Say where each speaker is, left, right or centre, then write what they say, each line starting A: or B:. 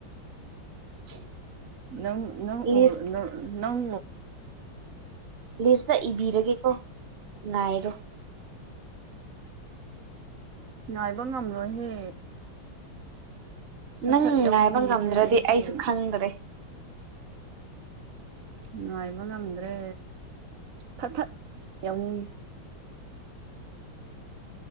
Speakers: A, on the right; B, on the right.
A: <inaudible>
B: ꯅꯪ ꯅꯪ
A: ꯂꯤꯁ
B: ꯅꯪ
A: ꯂꯤꯁꯇ ꯏꯕꯤꯔꯒꯦꯀꯣ ꯉꯥꯏꯔꯣ
B: ꯉꯥꯏꯕ ꯉꯝꯂꯣꯏꯍꯦ ꯁꯠ
A: ꯅꯪ
B: ꯁꯠ ꯌꯥꯎꯅꯤꯡꯉꯤꯍꯦ
A: ꯉꯥꯏꯕ ꯉꯝꯗ꯭ꯔꯗꯤ
B: ꯑꯩꯗꯤ
A: ꯑꯩꯁꯨ ꯈꯪꯗ꯭ꯔꯦ
B: ꯅꯨꯡꯉꯥꯏꯕ ꯉꯝꯗ꯭ꯔꯦ ꯐꯠ ꯐꯠ ꯌꯥꯎꯅꯤꯡꯉꯤ